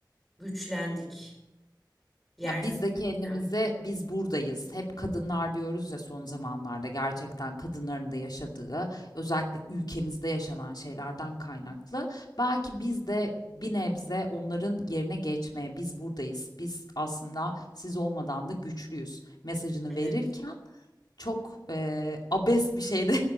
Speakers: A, in the centre; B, on the left.
A: güçlendik, yersiz
B: Ya biz de kendimize
A: güçlendik.
B: biz buradayız. Hep kadınlar diyoruz ya son zamanlarda gerçekten kadınların da yaşadığı özellikle ülkemizde yaşanan şeylerden kaynaklı. Belki biz de bir nebze onların yerine geçmeye biz buradayız. Biz aslında siz olmadan da güçlüyüz mesajını
A: Evet.
B: verirken çok eee abes bir şey de